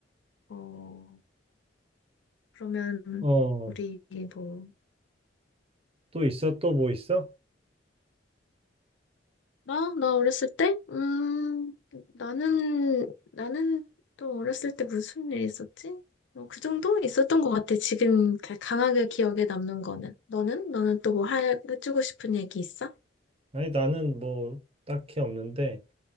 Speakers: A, on the left (about 75°); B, on the right (about 30°).
A: 어. 그러면
B: 어,
A: 우리 뭐
B: 또 있어? 또 뭐 있어?
A: 나? 나 어렸을 때? 음, 나는 나는 또 어렸을 때 무슨 일 있었지? 어, 그 정도 있었던 것 같아. 지금 가- 강하게 기억에 남는 거는. 너는? 너는 또 뭐 해주고 싶은 얘기 있어?
B: 아니, 나는 뭐 딱히 없는데,